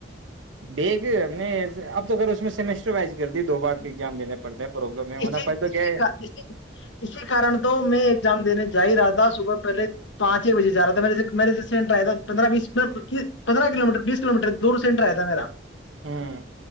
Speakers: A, on the right (about 90°); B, on the left (about 75°).
A: بیگ میں اب تو اس میں سمسٹر وائز کر دی دو بار ایگزام دینے پڑتا ہے پرابلم ہے
B: اسی
A: ہونا پڑ تو
B: اسیی
A: کیا ہے
B: اسی کارن تو میں ایگزام دینے جا ہی رہا تھا صبح پہلے پانچ چ بجے ج رہا تھایرے سےیر سے سینٹ آیا تھا پندرہ بیس پندرہ کلو میٹر بیس کلو میٹر دور سینٹر آیا تھا میرا
A: ہوں